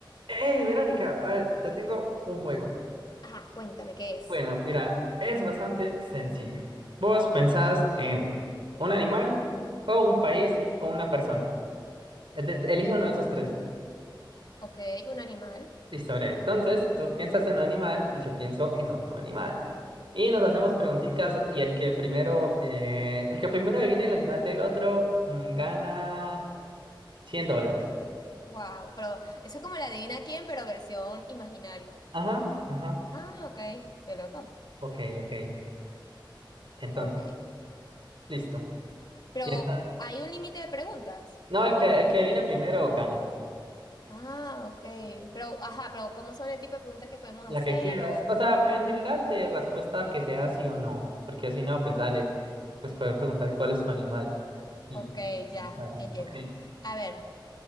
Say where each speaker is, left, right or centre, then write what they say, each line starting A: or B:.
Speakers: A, on the right; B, on the left.
A: Hey, Verónica, a ver, te tengo un juego.
B: Ajá, cuéntame, ¿qué es?
A: Bueno, mira, es bastante sencillo. Vos pensás en un animal o un país o una persona. E- de- Elige uno de esos tres.
B: Ok, un animal.
A: Listo, bre. Entonces, tú piensas en un animal y yo pienso en otro animal. Y nos hacemos preguntitas y el que primero, eh, el que primero adivine el animal del otro mm, gana 100 dólares.
B: Wow, pero eso es como la adivina quién, pero versión imaginario.
A: Ajá, ajá.
B: Ah, ok, qué loco.
A: Ok, ok. Entonces,
B: Ok.
A: listo.
B: Pero
A: Piensa.
B: hay un límite de preguntas.
A: No, el que, el que adivine primero gana.
B: Ah, ok. Pero, ajá, pero ¿cómo son el tipo de preguntas que podemos
A: La
B: hacer?
A: que quieras.
B: O,
A: O sea, en general de respuesta que sea sí o no. Porque si no, pues dale. Pues poder preguntar cuál es tu animal. Y
B: o- ok, ya,
A: dale.
B: entiendo.
A: Ok.
B: A ver,